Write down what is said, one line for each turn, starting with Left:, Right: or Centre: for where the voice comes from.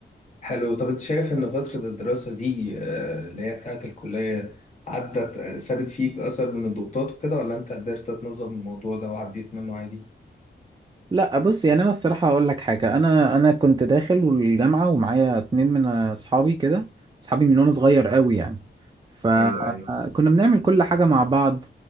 Left: حلو طب انت شايف ان فترة الدراسة دي آه، اللي هي بتاعت الكلية عدت آه، سابت فيك اثر من الضغوطات وكده ولا انت قدرت تنظم الموضوع ده وعديت منه عادي؟
Right: لا بص يعني انا الصراحه هقول لك حاجه انا انا كنت داخل الجامعه ومعايا اتنين من اصحابي كده اصحابي من وانا صغير قوي يعني فكنا
Left: ايوه ايوه
Right: بنعمل كل حاجه مع بعض